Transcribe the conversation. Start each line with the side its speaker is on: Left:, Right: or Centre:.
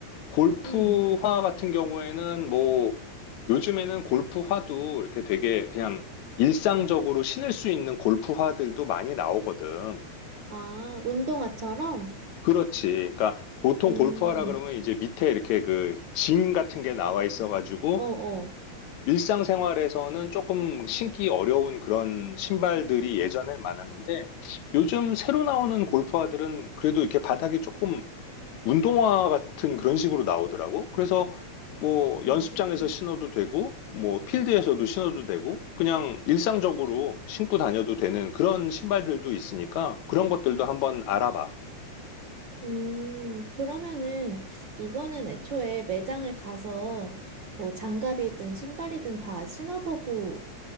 Left: 골프화
Right: 응.
Left: 같은 경우에는 뭐 요즘에는 골프화도 이렇게 되게 그냥 일상적으로 신을 수 있는 골프화들도 많이 나오거든.
Right: 아, 운동화처럼?
Left: 그렇지. 그러니까 보통
Right: 음,
Left: 골프화라 그러면 이제 밑에 이렇게 그 징 같은 게 나와 있어가지고
Right: 어, 어.
Left: 일상생활에서는 조금 신기 어려운 그런 신발들이 예전에 많았는데 요즘 새로 나오는 골프화들은 그래도 이렇게 바닥이 조금 운동화 같은 그런 식으로 나오더라고. 그래서 뭐
Right: 네.
Left: 연습장에서 신어도 되고, 뭐 필드에서도 신어도 되고, 그냥 일상적으로 신고 다녀도 되는 그런 신발들도 있으니까 그런 것들도 한번 알아봐.
Right: 음, 그러면은 이거는 애초에 매장을 가서 뭐 장갑이든 신발이든 다 신어보고